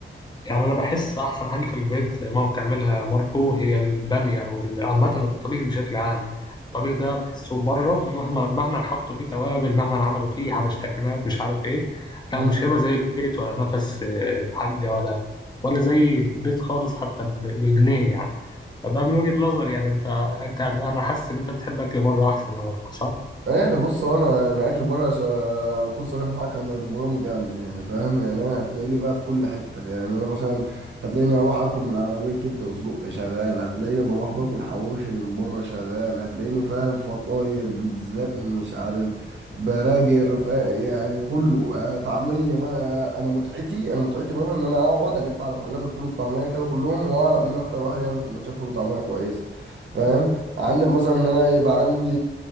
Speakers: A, on the left; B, on the right.
A: يعني انا بحس احسن حاجه في البيت ماما بتعملها ماركو هي الباميه او ال- عامه الطبيخ بشكل عام الطبيخ ده بحسه بره مهما مهما حطوا فيه توابل مهما عملوا فيه حبشتكنات مش عارف ايه لا
B: امم
A: مش هيبقى زي البيت ولا نفس آه، الحاجه ولا ولا زي البيت خالص حتى ب- بجنيه يعني فده من وجهه نظري يعني انت انت انا حاسس ان انت بتحب اكل بره احسن يا ماركو صح
B: يعني بص هو انا انا اكل بره عشان اكون صريح معاك انا رمضان جامد يعني فاهم يعني انا هتلاقيني بقى في كل حته يعني انا مثلا هتلاقيني اروح اكل من عربيه كبده وسجق شغال هتلاقيني بروح باكل حواوشي من بره شغال هتلاقيني فاهم فطاير بيتزات مش عارف براجر ف- يعني كله يعني طعميه ما انا أنا متعتي انا متعتي مثلا ان انا اقعد الف على محلات الفول والطعميه كده كلهم واعرف مين اكتر واحد يعمل سندوتشات فول وطعميه كويسه فاهم عندك مثلا ان انا يبقى عندي